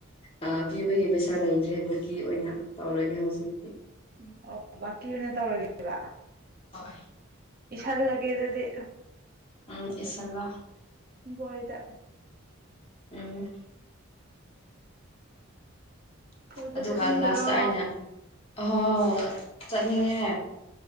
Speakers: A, on the left; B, on the right.
A: ꯑ ꯄꯤꯕꯒꯤ ꯄꯩꯁꯥ ꯂꯩꯗ꯭ꯔꯦ ꯍꯟꯗꯛꯀꯤ ꯑꯣꯏꯅ ꯇꯧꯔꯒꯦ ꯍꯧꯖꯤꯛꯇꯤ
B: ꯎꯝ ꯑꯣ ꯕꯥꯛꯀꯤ ꯑꯣꯏꯅ ꯇꯧꯔꯒꯦꯕ
A: ꯍꯣꯏ
B: ꯏꯁꯜꯂꯒꯦ ꯑꯗꯨꯗꯤ
A: ꯎꯝ ꯏꯁꯜꯂꯣ
B: ꯕꯣꯏꯗ
A: ꯎꯝ
B: ꯀꯣꯏꯕ
A: ꯑꯗꯨꯒ
B: ꯆꯠꯅꯤꯡꯗꯔꯣ
A: ꯂꯥꯁꯇ ꯑꯩꯅ ꯑꯣ ꯆꯠꯅꯤꯡꯉꯦ